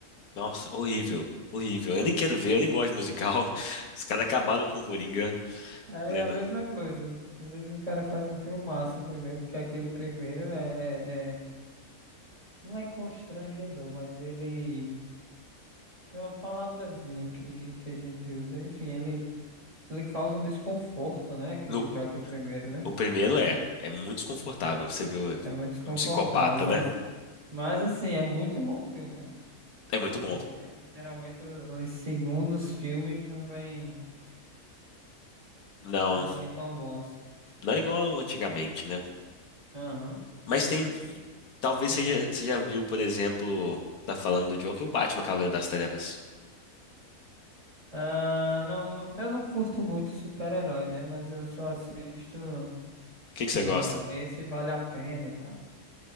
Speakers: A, on the left; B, on the right.
A: Nossa, horrível. Horrível. Eu nem quero ver, eu nem gosto de musical. <laughs> Os caras acabaram com o Coringa,
B: Aí
A: plena.
B: é a mesma coisa. Às vezes o cara faz um filmaço primeiro, porque aquele primeiro é, é- é- não é constrangedor, mas ele tem uma palavrazinha que, que a gente usa. Enfim, ele Ele causa um desconforto, né? Aquele
A: No-
B: Joker primeiro, né?
A: o primeiro é, é muito desconfortável. Você viu
B: É muito desconfortável,
A: um psicopata,
B: mas,
A: né?
B: mas assim, é muito bom filme, né?
A: É muito bom.
B: E aí, geralmente, o- os segundos filmes não vêm
A: Não,
B: não vêm tão bons.
A: não é igual antigamente, né?
B: Aham.
A: Mas tem,
B: Eu-
A: talvez
B: Hum.
A: você já, você já viu, por exemplo, tá falando do Joker, o Batman Cavaleiro das Trevas.
B: Ah, não, não- eu não curto muito super-herói, né? Mas eu só assisto
A: O
B: os
A: que que
B: que
A: você
B: dizem,
A: gosta?
B: não, esse vale a pena e tal.